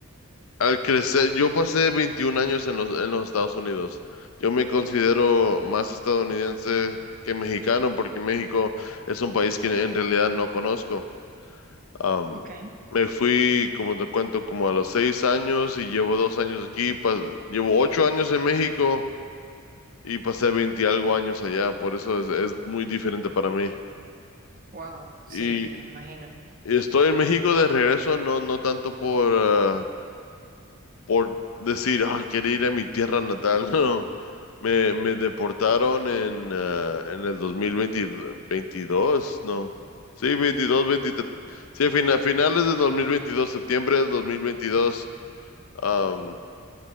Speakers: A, on the left (about 75°); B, on the right (about 40°).
A: Al crecer, yo pasé 21 años en los, en los Estados Unidos. Yo me considero más estadounidense que mexicano porque México es un país que en realidad no conozco. Am,
B: Ok,
A: me fui, como te cuento, como a los seis años y llevo dos años aquí. pas- llevo ocho años en México y pasé 20 algo años allá. Por eso es, es muy diferente para mí.
B: wow, sí,
A: Y
B: me imagino.
A: estoy en México de regreso, no, no tanto por, ah, por decir, ay, quería ir a mi tierra natal. <laughs> No, me, me deportaron en, ah, en el 2020, 22 no. Sí, 22, veintitrés Sí, a fina- finales del 2022, septiembre del 2022. am,